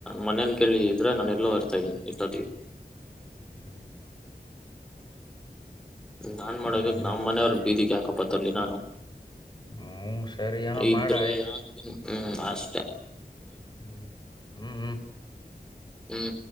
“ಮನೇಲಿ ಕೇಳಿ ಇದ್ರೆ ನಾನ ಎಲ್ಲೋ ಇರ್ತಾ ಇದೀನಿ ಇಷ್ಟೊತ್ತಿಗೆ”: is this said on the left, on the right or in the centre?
Centre